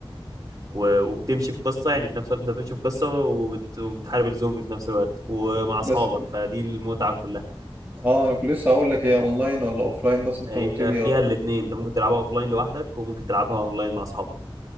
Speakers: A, on the right; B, on the right.
A: و... وبتمشي في قصة يعني في نفس الوقت انت بتمشي في قصة وبت... وبتحارب الزومبي في نفس الوقت ومع اصحابك
B: بس
A: فدي المتعة كلها
B: اه انا كنت لسه اقول لك هي اونلاين ولا اوفلاين بس انت
A: هي
B: قلت لي
A: فيها الاتنين انت ممكن تلعبها اوفلاين لوحدك وممكن تلعبها اونلاين مع اصحابك